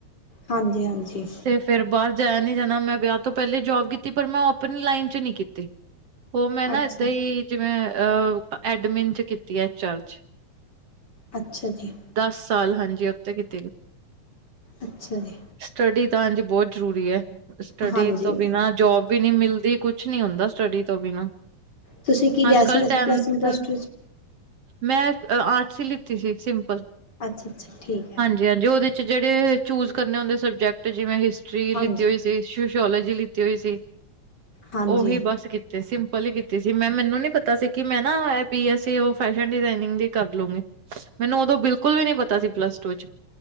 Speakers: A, on the left (about 35°); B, on the right (about 55°).
A: ਹਾਂਜੀ ਹਾਂਜੀ
B: ਤੇ ਫੇਰ ਬਾਹਰ ਜਾਇਆ ਨੀ ਜਾਣਾ ਮੈਂ ਵਿਆਹ ਤੋਂ ਪਹਿਲੇ ਜੋਬ ਕੀਤੀ ਪਰ ਮੈਂ ਉਹ ਆਪਣੀ ਲਾਈਨ ਚ ਨੀ ਕੀਤੀ ਉਹ ਮੈਂ ਨਾ
A: ਅੱਛਾ
B: ਇਦਾਂ ਹੀ ਜਿਵੇਂ ਅ ਐਡਮਿਨ ਚ ਕੀਤੀ ਹੈ ਐਚ ਆਰ ਚ।
A: ਅੱਛਾ ਜੀ
B: ਦਸ ਸਾਲ ਹਾਂਜੀ ਉਥੇ ਕੀਤੇ
A: ਅੱਛਾ ਜੀ
B: ਸਟੱਡੀ ਤਾਂ ਹਾਂਜੀ ਬਹੁਤ ਜ਼ਰੂਰੀ ਹੈ ਸਟੱਡੀ
A: ਹਾਂਜੀ
B: ਤੋਂ ਬਿਨਾਂ ਜੋਬ ਵੀ ਨੀ ਮਿਲਦੀ ਕੁਛ ਨੀ ਹੁੰਦਾ ਸਟੱਡੀ ਤੋਂ ਬਿਨਾ
A: ਤੁਸੀਂ ਕੀ ਲਿਆ
B: ਅੱਜ
A: ਸੀ
B: ਕੱਲ
A: ਵੈਸੇ
B: tenth
A: plus one plus two 'ਚ
B: ਮੈਂ ਆਰਟਸ ਹੀ ਲਿੱਤੀ ਸੀ ਸਿੰਪਲ
A: ਅੱਛਾ ਅੱਛਾ ਠੀਕ ਹੈ
B: ਜੀ ਹਾਂਜੀ ਉਹਦੇ ਚ ਜਿਹੜੇ ਚੂਜ ਕਰਨੇ ਹੁੰਦੇ ਸਬਜੈਕਟ ਜਿਵੇਂ ਹਿਸਟਰੀ ਲਿੱਤੀ
A: ਹਾਂਜੀ
B: ਹੋਈ ਸੀ ਸੋਸ਼ੋਲੋਜੀ ਲਿੱਤੀ ਹੋਈ ਸੀ
A: ਹਾਂਜੀ
B: ਉਹੀ ਬਸ ਤੇ ਸਿੰਪਲ ਹੀ ਕੀਤੀ ਸੀ ਮੈਂ ਮੈਨੂੰ ਨੀ ਪਤਾ ਸੀ ਕਿ ਮੈਂ ਨਾ B S C fashion designing ਦੀ ਕਰ ਲਉਗੇ ਮੈਨੂੰ ਉਦੋਂ ਬਿਲਕੁਲ ਵੀ ਨੀ ਪਤਾ ਸੀ ਪਲੱਸ ਟੂ ਚ